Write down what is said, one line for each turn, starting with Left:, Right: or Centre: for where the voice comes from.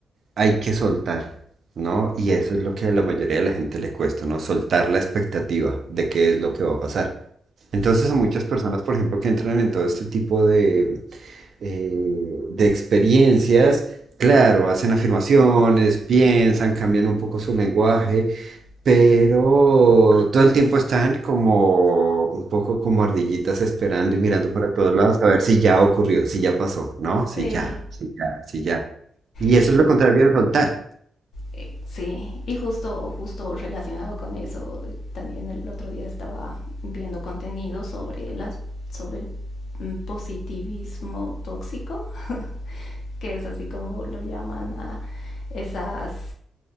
Right: hay que soltar, ¿no? Y eso es lo que a la mayoría de la gente le cuesta, ¿no? Soltar la expectativa de qué es lo que va a pasar. Entonces
Left: Sí.
Right: a muchas personas, por ejemplo, que entran en todo este tipo de eh, de experiencias, claro, hacen afirmaciones, piensan, cambian un poco su lenguaje, pero todo el tiempo están como un poco como ardillitas esperando y mirando para todos lados a ver si ya ocurrió, si ya pasó, ¿no? Si
Left: sí.
Right: ya, si ya, si ya. Y
Left: Y,
Right: eso es lo contrario de soltar.
Left: Eh, Sí, y justo, justo relacionado con eso, también el otro día estaba viendo contenido sobre las, sobre el mm, positivismo tóxico, <laughs> que es así como lo llaman a esas,